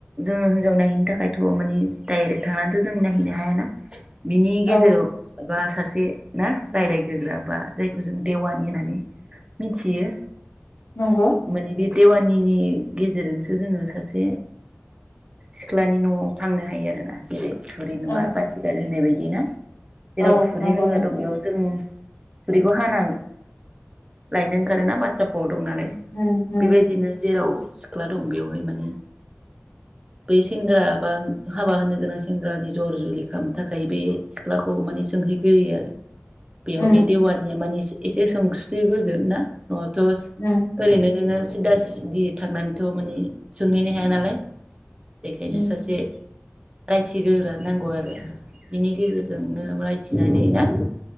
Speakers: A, on the right (about 20°); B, on the left (about 65°).
A: जोङो हिनजाव नायहैनो थाखायथ मानि डाइरेक्ट थांनानैथ जों नायहैनो हायाना। गेजेराव
B: औ
A: बा सासे ना राय्लायग्रोग्रा बा जायखौ जों देवानि होननानै मिथियो।
B: नंगौ
A: मानि बि देवानिनि गेजेरजोंसो जोङो सासे सिख्लानि नआव थांनो हायो आरो ना। जेरै थुरि नुबा
B: औ
A: बाथि गारो होनाय बायदि ना? जेराव
B: औ
A: थुरि
B: नंगौ
A: हाग्रा
B: नोंथां
A: दं बेयाव जों थुरैखौ हानानै लायनो ओंखारोना बाथ्रा फाव दं नालाय
B: उम उम
A: बेबायदिनो जेराव सिख्ला दं बेवहाय माने बै सेंग्रा बा हाबा होनो गोनां सेंग्रानि जर जुलि खालामनो थाखाय बे सिख्लाखौ माने सोंहैग्रोयो आरो। बेयाव
B: उम
A: बे देवानिया माने एसे सोंस्लिग्रोगोन ना नआवथ
B: उम
A: ओरैनो नोङो सिदा सिदि थांनानैथ माने सोंहैनो हाया नालाय बेखायनो
B: उम
A: सासे रायथिग्रोग्रा नांगौ आरो बिनि गेजेरजों जोंनो रायथिनानै ना